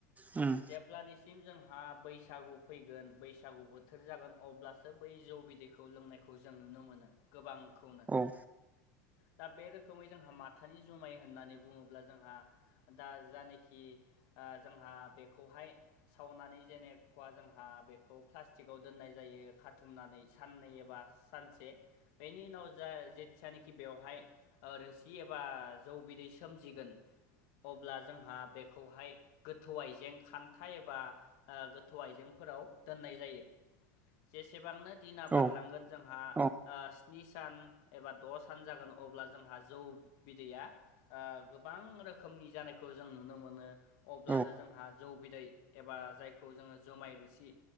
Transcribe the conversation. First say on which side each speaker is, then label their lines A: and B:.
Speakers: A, on the right; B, on the left.
A: उम।
B: जेब्लानिसिम जोंहा बैसागु फैगोन बैसागु बोथोर जागोन अब्ला। बै जौ बिदैखौ लोंनायखौ जों नुनो मोनो गोबांखौ।
A: औ उम औ।
B: दा बेरोखोमै जोंहा माथानि जुमाय होन्नानै बुङोब्ला जोंहा। दा जानोखि ओ जोंहा बेखौहाय। सावनानै जेनेखवा जोंहा बेखौ प्लास्टिकआव दोन्नाय जायो खाथुमनानै साननै एबा सानसे बेनि उनाव जा जेथियानो खि बेवहाय ओ रोसि एबा जौ बिदै सोमजिगोन अब्ला जोंहा बेखौहाय गोथौ आइजें खान्था एबा ओ गोथौ आइजेंफोराव दोननाय जायो। जेसेबांनो दिना बारलांगोन
A: औ
B: जोंहा
A: औ
B: ओ स्नि सान एबा द' सान जागोन अब्ला जोंहा जौ बिदैया ओ गोबां रोखोमनि जानायखौ जों नुनो मोनो अब्लानो
A: औ
B: जोंहा जौ बिदै एबा जायखौ जोङो जोमाय रोसि